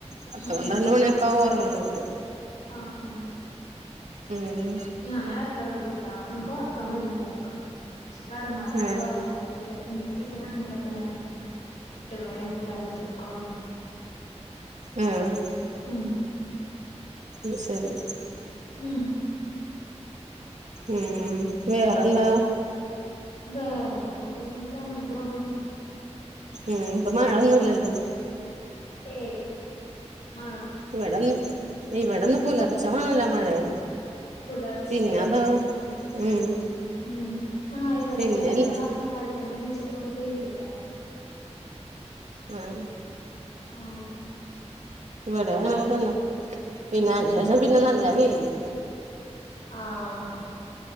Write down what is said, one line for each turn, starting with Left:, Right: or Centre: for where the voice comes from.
Right: പത്ത്
Left: ഉം
Right: പന്ത്രണ്ട്
Left: ഉം
Right: മണിയൊക്കെും ഉറങ്ങണമവെല്
Left: ആഹ് ആഹ്
Right: ഉം
Left: ഞാൻ നേരത്താണ് പുട്ടാ എനിക്ക് ഉറക്കം വരും വേഗം പക്ഷെ കെടന്നാലാ
Right: ആ
Left: ഉറങ്ങാനും പെറ്റില്ലാ എന്റെ വീട്ടിനാണെങ്കിലൊക്കെ ഞാൻ എട്ട് മണി എട്ടര ആുവുമ്പോത്തിനൊക്കെ ഉറങ്ങും
Right: ആഹ്
Left: ഉം
Right: അത്ശരി
Left: ഉം
Right: ഉം വേറെന്താ
Left: വേറെക്കൊപ്പൊന്നുംല്ലാ പോണു
Right: ഉം ഇപ്പൊ മഴൊന്നുല്ലല്ലോ
Left: ഏയ് മാ
Right: ഇവിടെന്ന് ഇവിടെന്ന് പുലർച്ചെ നല്ല മഴെണ്
Left: പുലർച്ചെ
Right: പിന്നെത് ഉം
Left: ഉം ആഹ് ഇവിടെ
Right: പിന്നെല്ല
Left: ഞങ്ങളെ ത്താഴത്തിന എണീച്ചപ്പ ഒന്ന് പെയ്തിട്ടാ
Right: ആഹ്
Left: ആഹ്
Right: ഇവിടെ അങ്ങനെക്കെ തന്നെ പിന്നെ അതിന്ശേഷം
Left: ഉം
Right: പിന്നെ നല്ല വെയില്
Left: ആഹ്